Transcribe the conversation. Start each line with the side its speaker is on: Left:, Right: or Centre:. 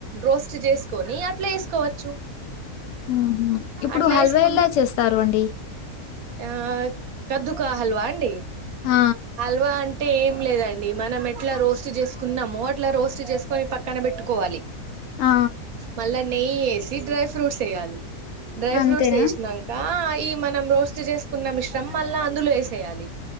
Right: రోస్ట్ చేసుకొని అట్లే వేసుకోవచ్చు.
Left: ఉహు ఇప్పుడు
Right: అట్లా
Left: హల్వా
Right: వేసుకు
Left: ఎలా చేస్తారు అండి.
Right: ఆ కద్దుకా హల్వా అండి
Left: ఆ!
Right: హల్వా అన్. టే ఏం లేదండి మనం ఎట్లా రోస్ట్ చేసుకున్నామో అట్లా రోస్ట్ చేసుకొని పక్కన పెట్టుకోవాలి.
Left: ఆ!
Right: మళ్ళా నెయ్యి వేసి డ్రై ఫ్రూట్స్ వేయ్యాలి. డ్రై
Left: అంతేనా?
Right: ఫ్రూట్స్ వేసినాక ఈ మనం రోస్ట్ చేసుకున్న మిశ్రం మళ్ళా అందులో వేసేయాలి.